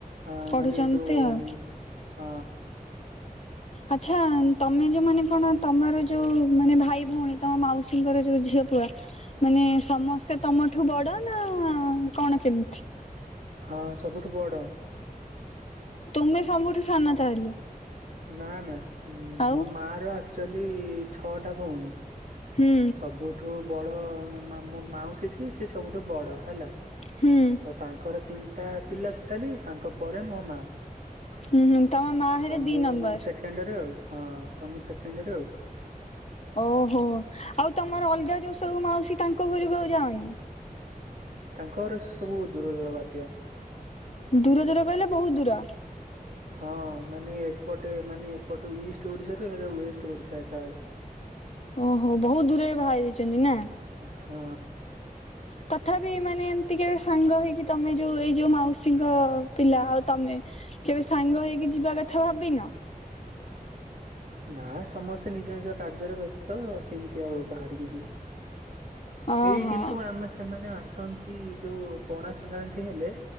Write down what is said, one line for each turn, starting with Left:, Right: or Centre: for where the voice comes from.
Right: ଆ
Left: ପଢୁଛନ୍ତି
Right: ମାନେ ଯୋଉ
Left: ଆଉ।
Right: ହ
Left: ଆଚ୍ଛା ତମେ ଯୋଉ ମାନେ କଣ ତମର ଯୋଉ ମାନେ ଭାଇ ଭଉଣୀ ତମ ମାଉସୀଙ୍କର ଯୋଉ ଝିଅ ପ ମାନେ ସମସ୍ତେ ତମଠୁ ବଡ ନା କଣ କେମିତି?
Right: ହଁ ସବୁଠୁ ବଡ।
Left: ତୁମେ ସମୁଠୁ ସାନ ତାହେଲେ।
Right: ନା ନା ଉଁ-ମୋ
Left: ଆଉ
Right: ମାଆର ଆକଚୋଲି ଛଅଟା ଭଉଣୀ।
Left: ହୁଁ
Right: ସବୁଠୁ ବଡ ମୋ-ମା ମୋ ମାଉସୀ ଜିଏ ସିଏ ସବୁଠୁ ବଡ ହେଲା।
Left: ହୁଁ
Right: ତ ତାଙ୍କର ତିନିଟା ପିଲା ଟୋଟାଲି ତାଙ୍କ ପରେ ମୋ ମାଆ।
Left: ହୁଁ ହୁଁ ତମ ମାଆ ହେଲେ
Right: ମୁଁ
Left: ଦି ନମ୍ବର।
Right: ସେକେଣ୍ଡେରେ ଆଉ ହଁ ତ ମୁଁ ସେକେଣ୍ଡେରେ ଆଉ।
Left: ଓହୋ ଆଉ ତମର ଅଲଗା ଯୋଉ ସବୁ ମାଉସୀ ତାଙ୍କ ଘରକୁ ଆଉ ଯାଅନି?
Right: ତାଙ୍କ ଘର ସେସବୁ ଦୂରଦୂର ବାଟିଆ।
Left: ଦୂରଦୂର କହିଲେ ବୋହୁତ ଦୂର?
Right: ହଁ ମାନେ ଏପଟେ ମାନେ ଏପଟୁ ଇଷ୍ଟ ଓଡିଶରୁ ଏକାଥରେ ୱେଷ୍ଟ ଓଡିଶା ଏକାବେଳେ।
Left: ଓହୋ ବୋହୁତ ଦୂରରେ ବାହାହେଇ ଯାଇଚନ୍ତି ନା।
Right: ହଁ।
Left: ତଥାପି ମାନେ ଏମତି କେବେ ସାଙ୍ଗ ହେଇକି ତମେ ଯୋଉ ଏଇ ଯୋଉ ମାଉସୀଙ୍କ ପିଲା ଆଉ ତମେ କେବେ ସାଙ୍ଗ ହେଇକି ଯିବା କଥା ଭାବିିନ?
Right: ନା ସମସ୍ତେ ନିଜ ନିଜ କାର୍ଯ୍ୟରେ ବ୍ୟସ୍ତ କେମତି ଆଉ ବାହାରିକି ଯିବୁ।
Left: ଓହୋ
Right: ଏଇ କିନ୍ତୁ ଆମେ ସେମାନେ ଆସନ୍ତି ଯୋଉ ପଣାସଂକ୍ରାନ୍ତି ହେଲେ